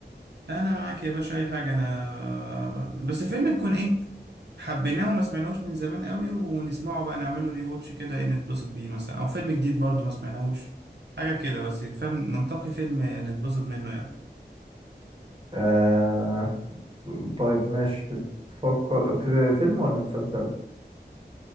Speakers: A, on the right; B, on the right.
A: انا معاك يا باشا اي حاجه انا بس الفيلم يكون ايه حبيناه وما سمعناهوش من زمان قوي ونسمعه بقى نعمله ري واتش كده ايه نتبسط بيه مثلا او فيلم جديد برضو ما سمعناهوش حاجه كده بس فاهم ننتقي فيلم نتبسط منه يعني
B: آه... طيب ماشي بتفكر ت- فيلم ولا مسلسل